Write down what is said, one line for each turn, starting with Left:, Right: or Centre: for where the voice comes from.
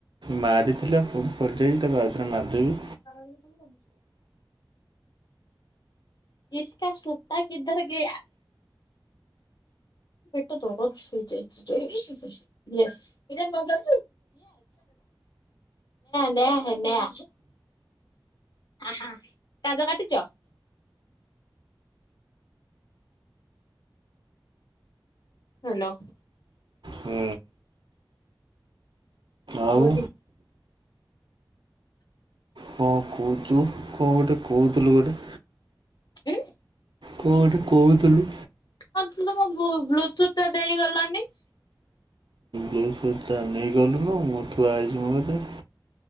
Right: ମାରିଥିଲା ପୁଣି ଖୋଲିଯାଇଚି ତାକୁ ଆଉଥରେ ମାରଦେବି।
Left: ଆଉ ଇସ୍କା ସୂତା କିଧର ଗୟା? ପେଟ ଦରଜ ହେଇଯାଇଛି <unintelligible> ୟେସ <inaudible> ନେ ନେଆ ନେଆ ନେଆ। ଅହଁ କାଜ କାଟିଚ ହାଲୋ।
Right: ହୁଁ। ଆଉ
Left: ବୋଲିସ୍।
Right: ଙ୍କ କହୁଚୁ ଙ୍କ ଗୋଟେ କହୁଥିଲୁ ଗୋଟେ?
Left: ଉଁ
Right: କଁ ଗୋଟେ କହୁଥିଲୁ?
Left: କରୁଥିଲି ମୋ ବୁ ବ୍ଲୁତୁଥ ଟା ଦେଇ ଗଲଣିି।
Right: ବ୍ଲୁଥୁତା ନେଇଗଲୁନୁ ମୁଁ ଥୁଆ ହେଇଚି ମୋ କତିରେ।